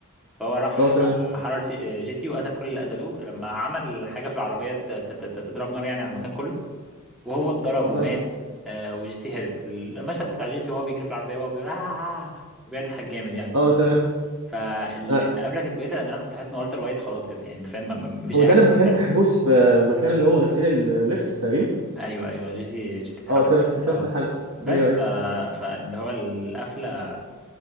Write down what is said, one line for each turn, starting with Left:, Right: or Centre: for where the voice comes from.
Centre: فهو راح
Right: اه تمام
Centre: آه، حرر سي- آه، جيسي وقتل كل اللي قتلوه لما عمل حاجه في العربيه ت- ت- ت- تضرب نار يعني على المكان كله وهو اتضرب
Right: اه فاهم
Centre: ومات آه وجيسي هرب المشهد بتاع جيسي وهو بيجري في العربيه وهو بيقول آه بيضحك جامد يعني
Right: اه تمام
Centre: فالقفله
Right: آه،
Centre: كانت كويسه لان انا كنت حاسس ان والتر وايت خلاص كده يعني انت فاهم ما- ما- مفيش
Right: هو
Centre: اي
Right: ده
Centre: حاجه
Right: لما كان
Centre: تتعمل
Right: محبوس في مكان اللي هو غسيل اللبس تقريبا
Centre: ايوه ايوه جيسي جيسي اتحبس
Right: اه تمام
Centre: يعني
Right: افتكرت
Centre: اه
Right: الحلقه
Centre: بس
Right: ايوه
Centre: ف
Right: ايوه
Centre: فاللي هو القفله